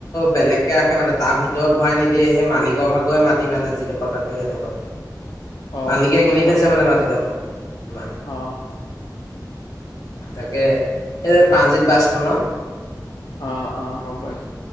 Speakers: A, on the left; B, on the left.
A: বেলেগকে ৰাখে মানে তাৰ ভিতৰত ভৰাই নিদি য়ে সেই মালিকৰ ভাগৰে মাতি মানে যিডোখৰত ৰাখে সেইডোখৰত।
B: অ
A: মালিকে
B: তেতিয়া
A: কিনি
B: পাৰিবা
A: থৈছে মানে মাটিডোখৰ, কিবা।
B: অ
A: তাকে, এই প্ৰাণজিৎ বাছখনক।
B: অ', অ, গম পাইছোঁ।